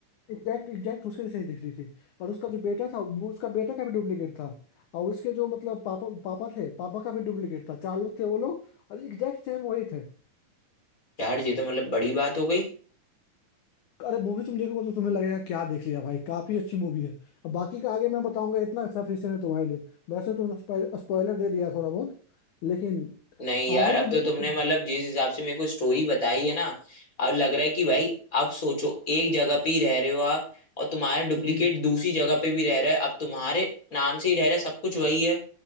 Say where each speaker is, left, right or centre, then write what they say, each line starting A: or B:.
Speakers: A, on the left; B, on the left.
A: एग्जैक्ट एग्जैक्ट उसके जैसे ही दिख रही थी और उसका जो बेटा था वो उसका बेटा का भी डुप्लीकेट था और उसके जो मतलब पापा पापा थे पापा का भी डुप्लीकेट था चार लोग थे वो लोग और एग्जैक्ट सेम वही थे
B: यार ये तो मतलब बड़ी बात हो गई
A: अरे मूवी तुम देखोगे तो तुम्हें लगेगा क्या देख लिया भाई काफी अच्छी मूवी है अब बाकी का आगे मैं बताऊंगा इतना सफिशियंट है तुम्हारे लिए वैसे तुम स्पॉइलर दे दिया थोड़ा बहुत लेकिन
B: नहीं यार
A: आगे
B: अब
A: की
B: तो
A: देखो
B: तुमने मतलब जिस हिसाब से मेरे को स्टोरी बताई है ना अब लग रहा है कि भाई अब सोचो एक जगह पे ही रह रहे हो आप और तुम्हारा डुप्लीकेट
A: हम्म
B: दूसरी जगह पे भी रह रहा है अब तुम्हारे नाम से ही रह रहा है सब कुछ वही है